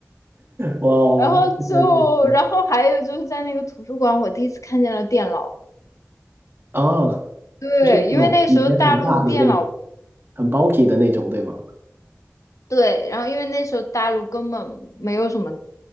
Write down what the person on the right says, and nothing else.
哇哦，
现在确实
哦，
那种以前很大的那种，
很 bulky 的那种，对吗？